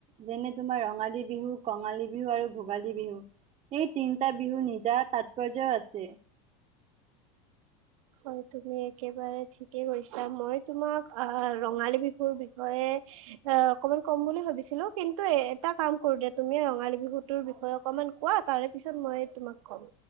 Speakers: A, on the right; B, on the right.
A: যেনে তোমাৰ ৰঙালী বিহু, কঙালী বিহু আৰু ভোগালী বিহু। সেই তিনিটা বিহু নিজা তাৎপৰ্য্য আছে।
B: হয় তুমি একেবাৰে ঠিক ঠিকে কৈছা। মই তোমাক আহ ৰঙালী বিহুৰ বিষয়ে অ অকনমান কম বুলি ভাবিছিলো কিন্তু এটা কাম কৰো দে তুমি ৰঙালী বিহুতৰ বিষয়ে অকনমান কোৱা। তাৰে পিছত মইয়ে তোমাক ক'ম।